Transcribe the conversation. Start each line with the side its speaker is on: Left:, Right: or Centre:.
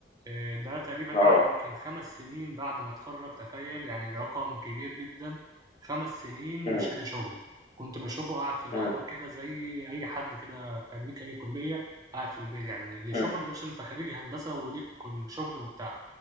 Right: آآ ده تقريبًا
Left: اه
Right: قعد يمكن 5 سنين بعد ما اتخرّج تخيّل! يعني رقم كبير جدًا، 5 سنين
Left: أمم،
Right: مش لاقي شغل، كنت باشوفه قاعد في القهوة
Left: أمم،
Right: كده زي أي حد كده خريج أي كُلّية قاعد في البيت، يعني اللي يشوفه
Left: أمم،
Right: ما يقولش أنت خريج هندسة وليك كل شغل وبتاع،